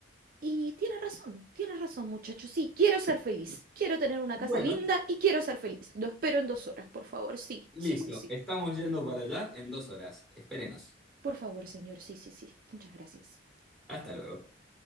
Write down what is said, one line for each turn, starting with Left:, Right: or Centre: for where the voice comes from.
Right: Y tiene razón, tiene razón muchachos, sí, quiero ser feliz, quiero tener una
Centre: Bueno,
Right: casa linda y quiero ser feliz. Lo espero en dos horas, por favor, sí,
Centre: listo.
Right: sí, sí, sí.
Centre: Estamos yendo para allá en dos horas. Espérenos.
Right: Por favor, señor, sí, sí, sí. Muchas gracias.
Centre: Hasta luego.